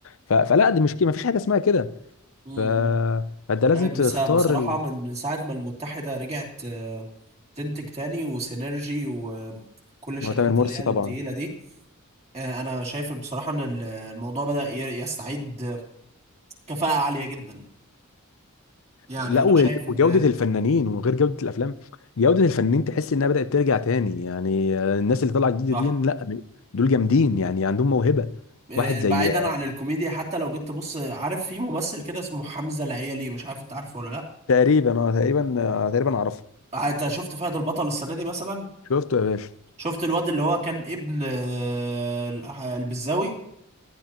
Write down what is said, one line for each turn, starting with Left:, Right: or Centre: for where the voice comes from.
Left: ف... فلا دي مش كده ما فيش حاجه اسمها كده
Right: امم
Left: ف... فانت لازم
Right: بس
Left: تختار
Right: بصراحة
Left: ال...
Right: من ساعة ما المتحدة رجعت آه، تنتج تاني وسينرجي وكل الشركات
Left: هو تامر مرسي
Right: اللي هي التقيلة
Left: طبعا
Right: دي آه، انا شايف بصراحة ان ال- الموضوع بدأ ي- يستعيد كفاءة عالية جدا يعني
Left: لا
Right: انا
Left: وال-
Right: شايف ان
Left: وجودة الفنانين وغير جودة الافلام جودة الفنانين تحس انها بدأت ترجع تاني يعني آه، الناس اللي طالعة جديدة
Right: صح
Left: دي لا دول جامدين يعني عندهم موهبة
Right: آه،
Left: واحد زي
Right: بعيدا عن الكوميديا حتى لو جيت تبص عارف في ممثل كده اسمه حمزة العيالي مش عارف انت عارفه ولا لا
Left: تقريبا اه تقريبا آه، تقريبا اعرفه
Right: آه، انت شفت فهد البطل السنة دي مثلا
Left: شفته يا باشا
Right: شفت الواد اللي هو كان ابن آه، البزاوي